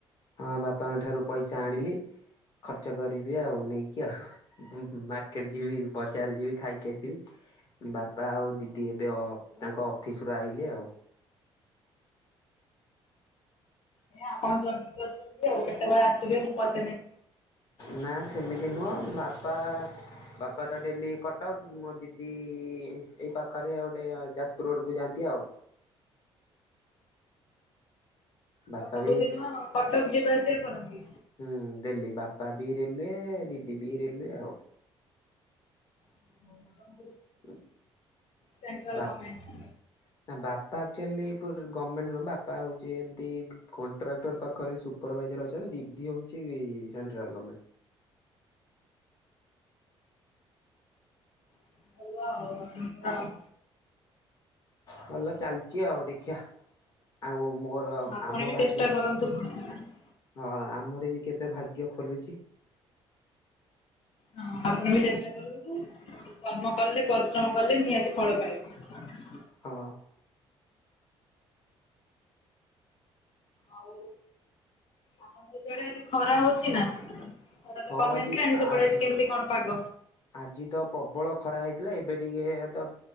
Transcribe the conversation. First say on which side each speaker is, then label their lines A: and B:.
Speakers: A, on the left; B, on the left.
A: ହଁ ବାପାଙ୍କ ଠାରୁ ପଇସା ଆଣିଲି। ଖର୍ଚ୍ଚ କରିବି ଆଉ ନେଇକି ଆଉ ହୁଁ ହୁଁ ମାର୍କେଟ ଯିବି ବଜାର ଯିବି ଖାଇକି ଆସିବି। ବାପା ଆଉ ଦିଦି ଏବେ ଅ ତାଙ୍କ ଅଫିସ୍‌ ରୁ ଆଇଲେ ଆଉ।
B: ଆପଣ ଜଗିଇକି ବସି ବେ ଆଉ କେତେବେଳେ ଆସିବେ ମୁଁ କରବି?
A: ନା ସେମିତି ନୁହଁ ବାପା ବାପା ତ ଡେଲି କଟକ ମୋ ଦିଦି ଏଇ ପାଖରେ ଆଉ ଗୋଟେ ଯାଜପୁର ରୋଡ କୁ ଯାଆନ୍ତି। <unintelligible> ବାପା
B: ସବୁଦିନ
A: ବି
B: କଟକ ଯିବା ଆସିବା କରନ୍ତି।
A: ହୁଁ ଡିଲ୍ଲି ବା ବାପା ବି ରେଲୱେ ଦିଦି ବି ରେଲୱେ ଆଉ।
B: <inaudible>
A: ଉଁ
B: ସେଣ୍ଟ୍ରାଲ
A: ବାପ୍
B: ଗଭର୍ଣ୍ଣମେଣ୍ଟ
A: ନା ବାପ୍ ପା ଆକ୍ଚୋଲି ପୂର୍ ଗମେଣ୍ଟେ ନୁହୁଁ ବାପା ହୋଉଚିନ୍ତି କଣ୍ଟ୍ରାକ୍ଟର ପାଖରେ ସୁପର୍ ଭାଇଯାର୍ ଅଛନ୍ତି। ଦିଦି ହଉଛି ସେଣ୍ଟ୍ରଲ ଗମେଣ୍ଟ।
B: <unintelligible>
A: ଭଲ ଚାଲିଛି ଆଉ ଇହା ଆଉ ମୋର
B: ଆପଣ
A: ଆମ
B: ବି
A: ଭାଗ୍ୟ
B: ଚେଷ୍ଟା କରନ୍ତୁ। ହଁ
A: ହଁ ଆମର ବି କେବେ ଭାଗ୍ୟ ଖୋଲୁଛି?
B: ହଁ ଆପଣ ବି ଚେଷ୍ଟା କରନ୍ତୁ। କର୍ମ କଲେ ପରିଶ୍ରମ କଲେ ନିହାତି ଫଳ ପାଇବେ।
A: ହଁ।
B: ଆଉ ଆପଣଙ୍କ ଆଡେ ଆଜି ଖରା ହଉଛି ନା। ଖରା ତ
A: ହଁ
B: କମି
A: ଆଜି
B: ଆସିଲାଣି ସେପଟେ
A: ଆଜି
B: କେମିତି କଣ ପାଗ?
A: ଆଜି ତ ପ୍ରବଳ ଖରା ହେଇ ଥିଲା ଏବେ ଟିକେ ତ